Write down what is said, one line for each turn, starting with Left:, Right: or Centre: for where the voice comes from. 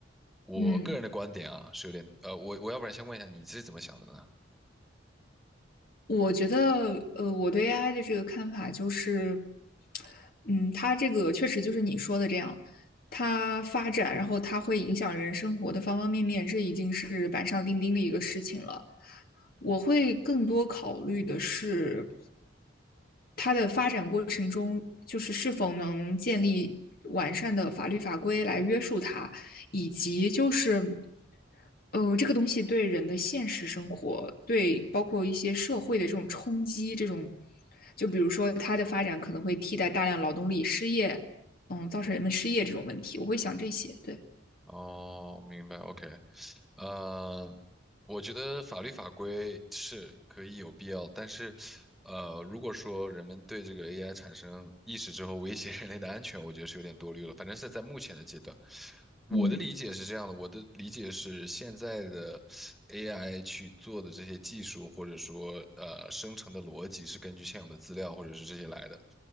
Centre: 我个人的观点啊，
Left: 嗯，
Centre: 是有点呃，我我要不然先问一下你是怎么想的呢？
Left: 我觉得，呃，我对 AI 的这个看法就是，嗯，它这个确实就是你说的这样，它发展，然后它会影响人生活的方方面面，这已经是板上钉钉的一个事情了。我会更多考虑的是。它的发展过程中，就是是否能建立完善的法律法规来约束它，以及就是，呃，这个东西对人的现实生活，对包括一些社会的这种冲击，这种，就比如说它的发展可能会替代大量劳动力失业，嗯，造成人们失业这种问题，我会想这些，对，
Centre: 哦，明白，OK，呃，我觉得法律法规是可以有必要，但是，呃，如果说人们对这个 AI 产生意识之后威胁人类的安全，我觉得是有点多虑了。反正是在目前的阶段，我的理解是这样的，
Left: 嗯
Centre: 我的理解是现在的 AI 去做的这些技术，或者说呃生成的逻辑是根据现有的资料或者是这些来的。